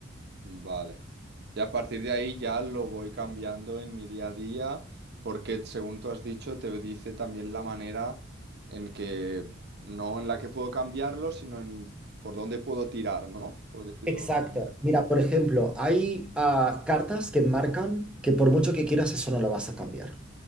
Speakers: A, on the right (about 55°); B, in the centre.
A: Vale. Y a partir de ahí ya lo voy cambiando en mi día a día, porque según tú has dicho, te dice también la manera en que, no en la que puedo cambiarlo, sino en por dónde puedo tirar, ¿no? Por decirlo
B: Exacto.
A: de una manera.
B: Mira, por ejemplo, hay ah, cartas que marcan que por mucho que quieras eso no lo vas a cambiar.